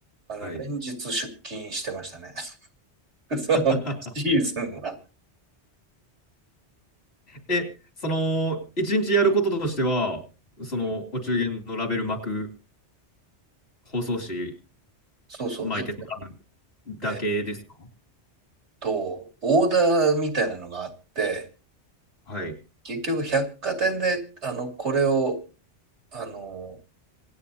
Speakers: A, on the right; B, on the left.
A: あの、
B: はい。
A: 連日出勤してましたね。<laughs> そのシーズンは。
B: <laughs> え、その、一日やることとしては、その、
A: うん
B: お中元のラベル巻く、包装紙
A: そうそう。
B: 巻いてもらう
A: えっとね
B: だけですか
A: えっと、オーダーみたいなのがあって、
B: はい。
A: 結局百貨店で、あの、これを、あの、